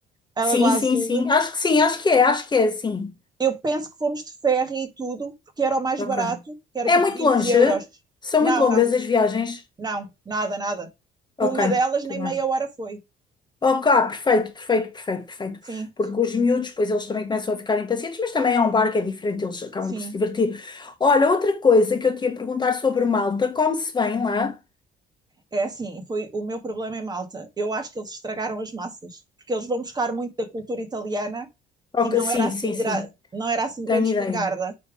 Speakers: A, on the right; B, on the left.
A: a
B: Sim,
A: Lagoa Azul,
B: sim, sim. Acho que sim, acho que é, acho que é, sim.
A: Eu penso que fomos de ferro e tudo, porque era o mais
B: Ok.
A: barato, que era
B: É
A: tipo
B: muito
A: 20
B: longe?
A: euros.
B: São
A: Não,
B: muito longas
A: não,
B: as viagens?
A: não, nada, nada.
B: Ok,
A: Uma delas
B: tudo
A: nem
B: bem.
A: meia hora foi.
B: Ok, ah, perfeito, perfeito, perfeito, perfeito.
A: Sim,
B: Porque os miúdos, pois eles também começam a ficar impacientes, mas também é um bar que é diferente, eles acabam
A: sim.
B: por se divertir. Olha, outra coisa que eu te ia perguntar sobre Malta, come-se bem lá?
A: É assim, foi o meu problema em Malta. Eu acho que eles estragaram as massas, porque eles vão buscar muito da cultura italiana
B: Ok,
A: e não
B: sim,
A: era assim,
B: sim, sim,
A: gra- não era assim
B: tenho
A: grande
B: ideia.
A: espingarda.